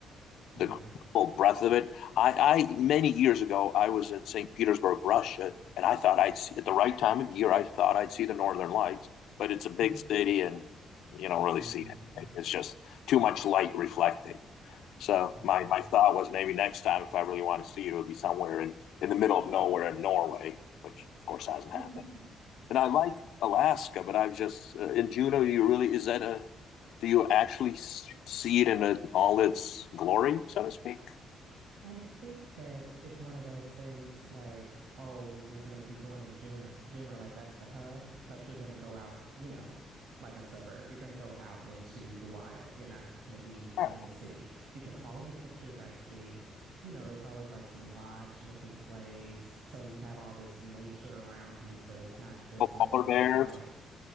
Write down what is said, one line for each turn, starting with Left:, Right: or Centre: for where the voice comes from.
Right: yeah.
Left: the full breadth of it i, I many years ago i was in st petersburg russia and i thought i'd see at the right time of year i thought i'd see the northern lights but it's a big
Right: Hmm.
Left: city and you don't really
Right: Mm,
Left: see it it's just too much light reflecting so
Right: yeah.
Left: my my thought was maybe next time if I really want to see it, it would be somewhere in in the middle of nowhere in Norway, which of course hasn't
Right: <laughs>
Left: happened. And I like Alaska, but I've just uh, in Juneau. you really is that a do you actually see it in a, all its glory, so to speak?
Right: I think that it's one of those things like, oh, you're going to be going to Juneau, Juneau, like that's the hub, but you're going to go out, you know, like a suburb. You're going to go out into the wild. You're not going to be
Left: Yeah.
Right: in the city because all of the pictures I see, you know, it's always like some lodge looking place. So you have all this nature around you. So it's not just,
Left: Polar
Right: let's go
Left: bears,
Right: see the lights,